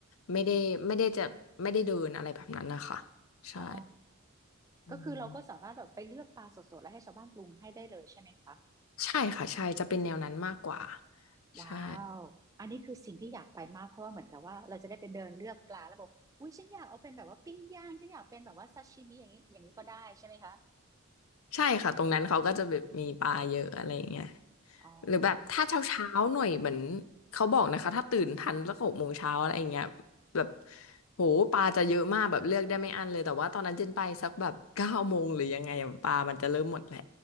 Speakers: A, on the left; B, on the right.
A: ไม่ได้ไม่ได้จะไม่ได้เดินอะไรแบบนั้นนะคะใช่
B: อ๋อ
A: อืม
B: ก็คือเราก็สามารถแบบไปเลือกปลาสดๆแล้วให้ชาวบ้านปรุงให้ได้เลยใช่ไหมคะ
A: ใช่ค่ะใช่จะเป็นแนวนั้นมากกว่า
B: ว้าวอันนี้คือสิ่งที่อยากไปมากเพราะว่าเหมือนกับว่าเราจะได้ไปเดินเลือกปลาแล้วบอกอุ้ยฉันอยากเอาเป็นแบบว่าปิ้งย่างฉันอยากเป็นแบบว่าซาชิมิอย่างนี้อย่างนี้ก็ได้ใช่ไหมคะ
A: ใช่ใช่ค่ะตรงนั้นเขาก็จะแบบมีปลาเยอะอะไรอย่างเงี้ย
B: อ๋อ
A: หรือแบบถ้าเช้าเช้าหน่อยเหมือนเขาบอกนะคะถ้าตื่นทันสักหกโมงเช้าอะไรอย่างเงี้ยแบบโหปลาจะเยอะมากแบบเลือกได้ไม่อั้นเลยแต่ว่าตอนนั้นเจนไปสักแบบ <laughs> เก้าโมงหรือยังไงอะปลามันจะเริ่มหมดแหละ